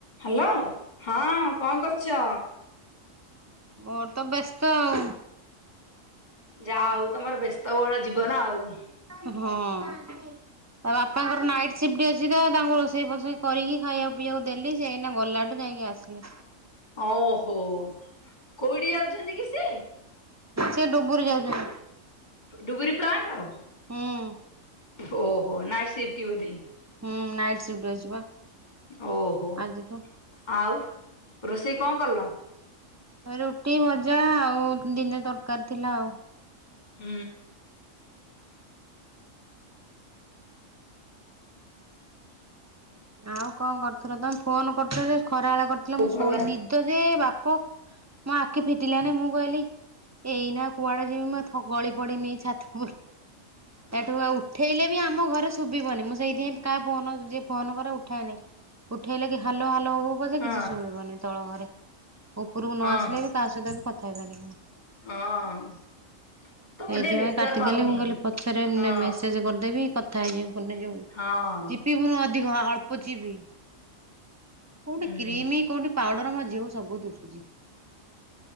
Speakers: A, on the left; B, on the right.
A: ହ୍ୟାଲୋ ହଁ କଣ କରୁଛ।
B: ମୋର ତ ବ୍ୟସ୍ତ ଆଉ।
A: ଯାହା ହଉ ତମର ବ୍ୟସ୍ତବହୁଳ ଯିବ ବ ନା ଆଉ।
B: ହଁ। ତା ବାପାଙ୍କର ନାଇଟ୍ ସିଫ୍ଟ ଅଛି ତ ତାଙ୍କୁ ରୋଷେ ରୋଷେଇ ଫୋଷେଇ କରିକି ଖାଇବାକୁ ପିଇବାକୁ ଦେଲି ସେଇନା ଗଲାଠୁ ଯାଇକି ଆସିଲି।
A: ଓହୋ କୋଉଠି ଯାଉଛନ୍ତି କି ସେ
B: ସେ ଡୁବୁରି ଯାଉଛନ୍ତି।
A: ଡୁବରି ପ୍ଲାଣ୍ଡ
B: ହୁଁ।
A: ଓହୋ ନାଇଟସିପ୍ଟ ବୋଧେ।
B: ହୁଁ ନାଇଟ୍ସିପ୍ଟ ଅଛି ବା।
A: ଓହୋ
B: ଆଜିଠୁ
A: ଆଉ ରୋଷେଇ। କଣ କଲ।
B: ରୁଟି ଭଜା ଆଉ ଦିନେ ତରକାରୀ ଥିଲା ଆଉ।
A: ହୁଁ।
B: ଆଉ କଣ କରୁଥିଲ ତମେ ଫୋନ କରୁଚ ଯେ। ଖରାବେଳେ କରିଥିଲ
A: ଆଉ
B: ମୁଁ
A: ଭଲ
B: ଶୋଇ ନିଦ ଯେ ବାପ। ପ ମୋ ଆଖି ଫିଟିଲାନି ମୁଁ କହିଲି ଏଇନା କୁଆଡେ ଯିବି ମ ଥ ଗଳି ପଡମି ଏଇ ଛାତ ଉପରୁ। ଏଠୁ ଆଉ ଉଠେଇଲେ ବି। ଆମ ଘରେ ଶୁଭିବନି ମୁଁ ସେଇଥିପାଇଁ କାହା ଫୋନ ଯିଏ ଫୋନ କରେ ଉଠାଏନି ଉଠେଇଲେ କି ହାଲୋ ହାଲୋ ହଉ। କଉ ପା ଯେ
A: ହଁ
B: କିଛି ସୁଭିବନି। ତଳଘରେ। ଉପରକୁ ନ
A: ହଁ।
B: ଆସିଲେ ବି କା ସହିତ ବି କଥା। ଖାଇ ପାରିବ।
A: ହଁ। ତମର
B: ସେଇଥିପାଇଁ
A: ଟିକେ ନେଟୱାର୍କ
B: କାଟିଦେଲେ
A: ପାଉନି
B: ମୁଁ କହିଲି ପଛରେ ମେ
A: ହଁ
B: ମେସେଜ କରିଦେବି କ। ଥାଇଯ। ଭନ ଯଉ
A: ହଁ।
B: ଚିପି ବର ଆଜି। ଧିକ ଅଳ୍ପ ଚିପି। କୋଉଠି
A: ହୁଁ
B: କ୍ରିମି କଉଠି ପାଉଡର ମଝିଉ ସବୁ ଦିଶୁଛି